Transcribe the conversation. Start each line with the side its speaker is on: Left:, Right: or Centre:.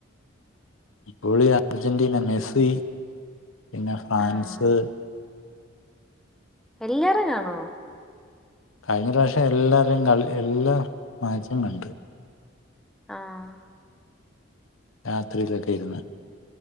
Left: ഫുട്ബോളി അർജന്റീന മെസ്സി പിന്നെ ഫ്രാൻസ്.
Centre: ആഹ് എല്ലാരെം കാണോ?
Left: കഴിഞ്ഞ പ്രാവശ്യം എല്ലാരുടേം കളി എല്ലാ മാച്ചും കണ്ട്.
Centre: ആഹ്
Left: രാത്രിയിലൊക്കെയിരുന്ന്.